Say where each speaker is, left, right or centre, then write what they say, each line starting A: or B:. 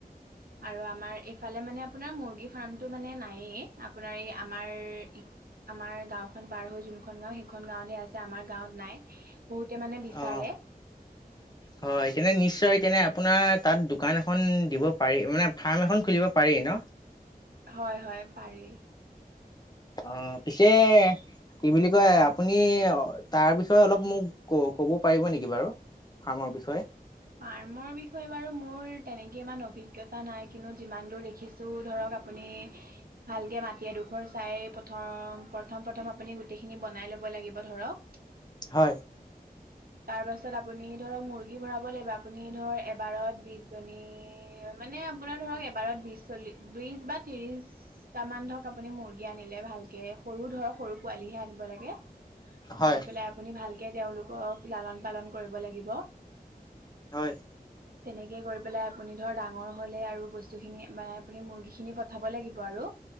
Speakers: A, on the right; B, on the left.
A: আৰু আমাৰ এইফালে মানে আপোনাৰ মুৰ্গী ফাৰ্মতটো মানে নায়ে আপোনাৰ এই আমাৰ। আমাৰ গাঁওখন পাৰ হৈ যোনখন গাও সেইখন গাঁওঁতহে আছে আমাৰ গাঁৱত নাই। বহুতে মানে বিচাৰে
B: অ' হয় তেনে নিশ্চয় তেনে আপোনাক তাত দোকান এখন দিব পাৰি মানে ফাৰ্ম এখন খুলিব পাৰি ন'
A: হয় হয় পাৰি।
B: অ' পিছে। কি বুলি কয়, আপুনি তাৰ বিষয়ে অলপ মোক ক ক'ব পাৰিব নেকি বাৰু। ফ্ৰাৰ্মৰ বিষয়ে।
A: ফ্ৰাৰ্মৰ বিষয়ে বাৰু মোৰ তেনেকে ইমান অভিজ্ঞতা নাই। কিন্তু যিমান দূৰ দেখিছোঁ ধৰক। আপুনি ভালকে মাটি এডোখৰ চাই প্ৰথম প্ৰথম আপুনি গোটেই খিনি বনাই ল ল'ব লাগিব ধৰক
B: হয়।
A: তাৰপাছত আপুনি ধৰক মুৰ্গী ভৰাব লাগিব। আপুনি ধৰক এবাৰত বিশজনী মানে আপোনাৰ ধৰক এবাৰত বিশ, চল্লি, বিশ বা ত্ৰিছ পাঁচটামান ধৰক আপুনি মুৰ্গী আনিলে ভালকে সৰু ধৰক সৰু পোৱালিহে আনিব লাগে।
B: হয়
A: আনি পেলাই আপুনি ভালকে তেওঁলোকক লালন পালন কৰিব লাগিব।
B: হয়।
A: তেনেকে কৰি পেলাই আপুনি ধৰ ডাঙৰ হ'লে আৰু বস্তুখিনি বা আপুনি মুৰ্গীখিনি পঠাব লাগিব আৰু।